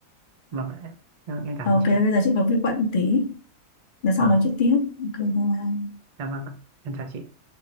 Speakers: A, on the right; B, on the left.
A: vâng ạ. em em cảm
B: ok
A: ơn chị ạ
B: bây giờ chị có việc bận tí để sau
A: vâng
B: nói chuyện tiếp ok bye bye.
A: dạ vâng ạ. em chào chị